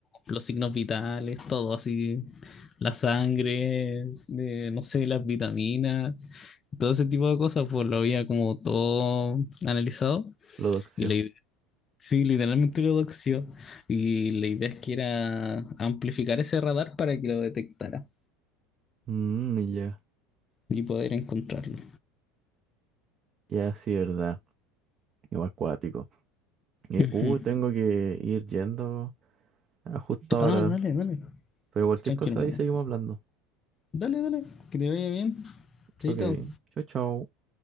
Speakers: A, on the left; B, on the right.
A: los signos vitales, todo así, la sangre, de, no sé, las vitaminas, todo ese tipo de cosas, pues lo había como todo analizado.
B: lo doxió.
A: Y la idea Sí, literalmente lo doxió. Y la idea es que era amplificar ese radar para que lo detectara
B: Mm, ya,
A: y poder encontrarlo.
B: ya sí, verdad. Igual acuático. Eh,
A: Ujú.
B: uh, tengo que ir yendo a justo ahora.
A: Ah, dale, dale.
B: Pero cualquier
A: Tranquilo,
B: cosa
A: hermano.
B: ahí seguimos hablando.
A: Dale, dale. Que te vaya bien. Chaito.
B: Ok, chau, chau.